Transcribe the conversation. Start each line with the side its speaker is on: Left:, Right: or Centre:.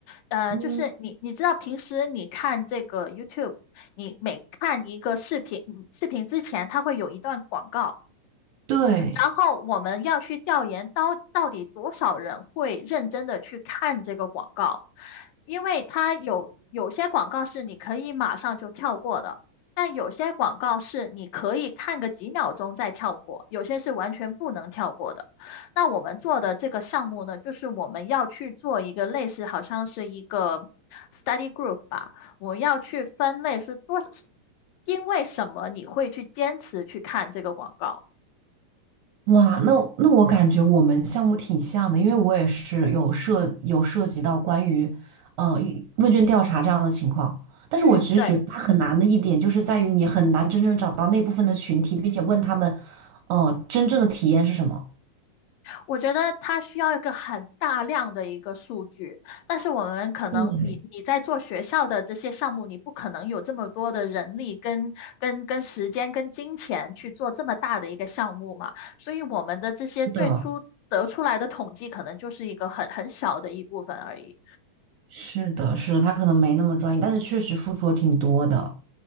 Left: 呃，
Right: 嗯，
Left: 就是你你知道平时你看这个 YouTube，你每看一个视频，嗯视频之前它会有一段广告。
Right: 对。
Left: 然后我们要去调研到到底多少人会认真的去看这个广告，因为它有有些广告是你可以马上就跳过的，但有些广告是你可以看个几秒钟再跳过，有些是完全不能跳过的。那我们做的这个项目呢，就是我们要去做一个类似，好像是一个 study group 吧，我们要去分类是多，因为什么你会去坚持去看这个广告。
Right: 哇，那那我感觉我们项目挺像的，因为我也是有涉有涉及到关于呃与问卷调查这样的情况，但是我其实觉得它很难的一点就是在于你很难真正找到那部分的群体，
Left: 嗯，对。
Right: 并且问他们，呃，真正的体验是什么。
Left: 我觉得它需要一个很大量的一个数据，但是我们可能你你在做学校的这些项目，
Right: 对，
Left: 你不可能有这么多的人力跟跟跟时间跟金钱去做这么大的一个项目嘛，所以我们的这些最初得出来的统计可能就是一个很很小的一部分而已。
Right: 是的，是的，是的，他可能没那么专业，但是确实付出了挺多的。